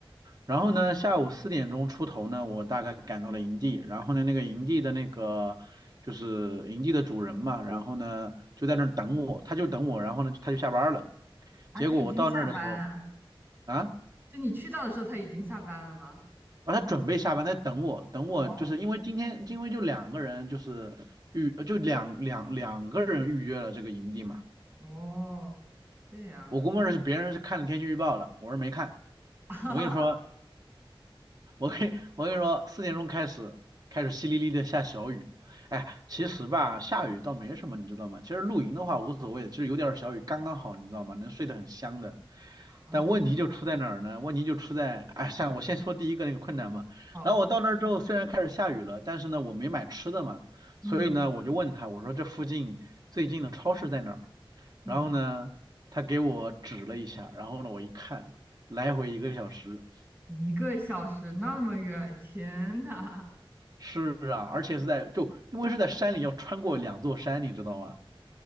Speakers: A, on the right; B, on the right.
A: 然后呢，下午四点钟出头呢，我大概赶到了营地。然后呢，那个营地的那个就是营地的主人嘛，然后呢就在那儿等我，他就等我，然后呢他就下班了。
B: 啊，
A: 结果我到那儿的时候
B: 他已经下班啊。
A: 啊，
B: 就你去到的时候，他已经下班了吗？
A: 啊，他准备下班，他在等我，等我，
B: 哦，
A: 就是因为今天因为就两个人就是预就两两两个人预约了这个营地嘛，
B: 哦，这样，
A: 我估摸着是别人是看了天气预报的，我是没看。
B: <laughs>
A: 我跟你说，我跟我跟你说，四点钟开始开始淅沥沥的下小雨。哎，
B: 哦。
A: 其实吧，下雨倒没什么，你知道吗？其实露营的话无所谓其实有点儿小雨刚刚好，你知道吗？能睡得很香的。
B: 啊，
A: 但问题就出在哪儿呢？
B: 真的吗？
A: 问题就出在，哎，像我先说第一个那个困难吧。
B: 好，
A: 然后我到那儿之后，虽然开始下雨了，但是呢，我没买吃的嘛，
B: 嗯
A: 所以呢，我就问他，我说这附近最近的超市在哪儿？
B: 嗯，
A: 然后呢，他给我指了一下，然后呢，我一看，来回一个小时。
B: 一个小时那么远，天呐，
A: 是啊，而且是在就因为是在山里，要穿过两座山，你知道吗？